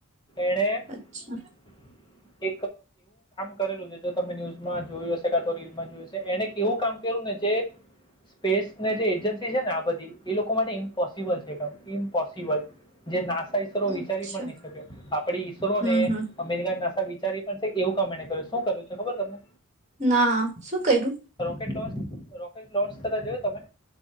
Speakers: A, on the left; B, on the right.
A: એણે <unintelligible> કામ
B: અચ્છા
A: કરેલું છે જો તમે ન્યુઝમાં જોયું હશે કાતો રીલમાં જોયું હશે એણે એવું કામ કર્યું ને જે સ્પેસને જે એજન્સી છે ને આ બધી એ લોકો માટે ઇમ્પોસિબલ છે કામ ઇમ્પો સિવાય જે નાસા ઈશરો
B: અચ્છા
A: વિચારી પણ ની શકે આપડી કોને
B: હમ હમ
A: અમેરિકા ના સા વિચારી પણ છે એવું કમેને કર્યું શું કર્યું છે ખબર તમને
B: ના શું કર્યું
A: રોકેટ લોન્ચ રોકેટ લોન્ચ થતા જોયો તમે